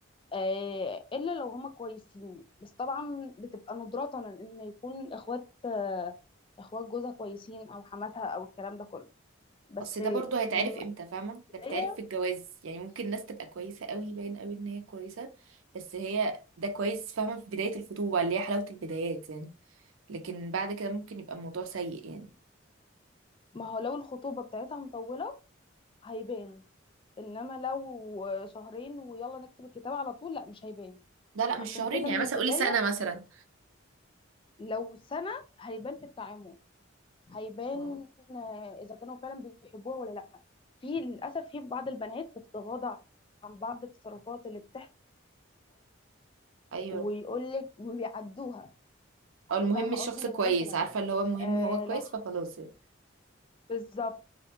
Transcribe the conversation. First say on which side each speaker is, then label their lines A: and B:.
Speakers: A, on the left; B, on the right.
A: آه، الا لو هما كويسين بس طبعا بتبقى ندرة ان يكون اخوات آه، اخوات جوزها كويسين او حماتها او الكلام ده كله بس
B: اصل ده برضو هيتعرف
A: من
B: امتى فاهمه
A: البدايه
B: ده بيتعرف في الجواز يعني ممكن الناس تبقى كويسه قوي باين قوي ان هي كويسه بس هي ده كويس فاهمه في بدايه الخطوبه اللي هي حلاوه البدايات يعني لكن بعد كده ممكن يبقى الموضوع سيء يعني
A: ما هو لو الخطوبه بتاعتها مطوله هيبان انما لو شهرين ويلا نكتب الكتاب على طول لا مش هيبان
B: لا لا مش
A: عشان
B: شهرين
A: كده
B: يعني
A: من
B: مثلا
A: البدايه
B: قولي سنه مثلا
A: لو سنه هيبان في التعامل هيبان
B: اه
A: آه، اذا كانوا فعلا بيحبوها ولا لا في للاسف في بعض البنات بتتغاضى عن بعض التصرفات اللي بتحصل
B: ايوه
A: ويقول لك وبيعدوها
B: او المهم
A: فاهمه
B: الشخص
A: قصدي يعني
B: كويس
A: مثلا
B: عارفه اللي هو المهم
A: آه
B: هو كويس
A: لو ح-
B: فخلاص يعني
A: بالظبط